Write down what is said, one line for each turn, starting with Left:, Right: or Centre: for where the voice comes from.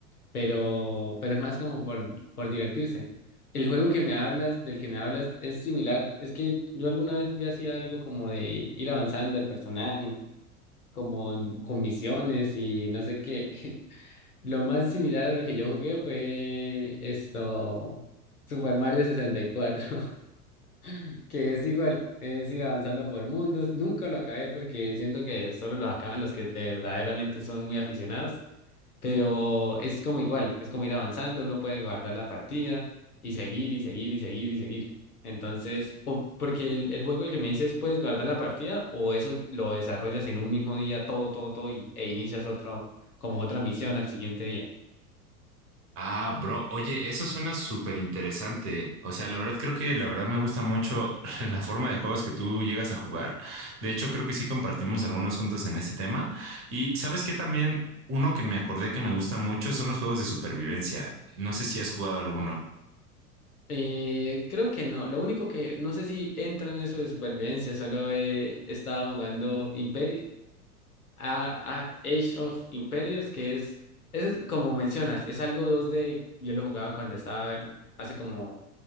Left: pero, pero es más como por, por divertirse. El juego que me hablas, del que me hablas, es similar, es que yo alguna vez jugué así algo como de ir avanzando el personaje, como en- con misiones y no sé qué, <laughs> Lo más similar a lo que yo jugué fue esto, Super Mario sesenta y cuatro <laughs> que es igual, es ir avanzando por mundos. Nunca lo acabé porque siento que solo lo acaban los que de verdaderamente son muy aficionados, pero es como igual, es como ir avanzando, uno puede guardar la partida y seguir y seguir y seguir y seguir. Entonces, o porque el, el juego el que me dices, puedes guardar la partida o eso lo desarrollas en un mismo día todo, todo, todo y- e inicias otro, como otra misión al siguiente día.
Right: Ah, bro, oye, eso suena súper interesante. O sea, la verdad creo que la verdad me gusta mucho <laughs> la forma de juegos que tú llegas a jugar. De hecho, creo que sí compartimos algunos juntos en este tema. Y sabes que también uno que me acordé que me gusta mucho son los juegos de supervivencia. No sé si has jugado alguno.
Left: Eh, creo que no. Lo único que no sé si entra en eso de supervivencia. Solo he estado jugando Imperi a, a Age of Empires, que es, eso es como mencionas, es algo dos d Yo lo jugaba cuando estaba hace como